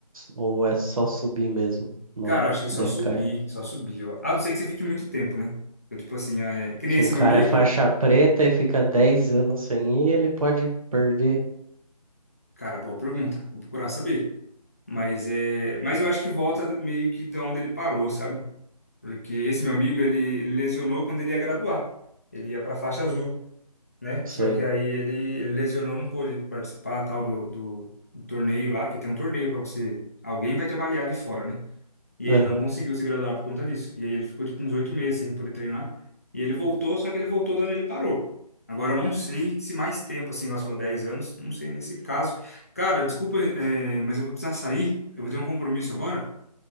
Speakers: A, on the right; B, on the left.
A: Ou é só subir mesmo? Não
B: cara, eu acho que
A: decai.
B: só subir, só subir, ó. A não ser que você fique muito tempo, né? Então, tipo assim, é... que nem
A: Se
B: esse
A: um
B: meu
A: cara
B: amigo,
A: é faixa preta e fica 10 anos sem ir, ele pode perder.
B: cara, boa pergunta, vou procurar saber. Mas é, mas eu acho que volta meio que da onde ele parou, sabe? Porque esse meu amigo, ele, ele lesionou quando ele ia graduar. Ele ia pra faixa azul, né?
A: Sei.
B: Só que aí ele, ele lesionou, não pôde participar, tal, do, do, do torneio lá, que tem um torneio pra você, alguém vai te avaliar de fora, né? E ele
A: Aham.
B: não conseguiu se graduar por conta disso. E aí ele ficou tipo uns oito meses sem poder treinar. E ele voltou, só que ele voltou de onde ele parou. Agora eu não sei se mais tempo, assim, nós falou 10 anos, não sei nesse caso. Cara, desculpa, é, mas eu vou precisar sair. Eu vou ter um compromisso agora.